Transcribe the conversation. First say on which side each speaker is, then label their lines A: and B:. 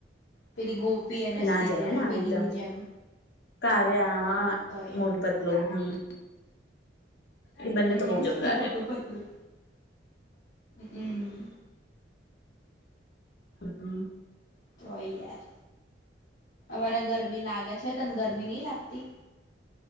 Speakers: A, on the left; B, on the left.
A: પેલી ગોપી અને સ્નેહ
B: ના જવાય ને આવી
A: પીલીની
B: રીતે
A: જેમ
B: કાવ્યા હા
A: તો યાર
B: મોટ પતલો હમ એ બંને
A: હમ
B: તો બહુ જબરા
A: મોોટું
B: એમ
A: પદલું હમ
B: હમ
A: તોય યાર તને ગરમી લાગે છે તને ગરમી નહી લાગતી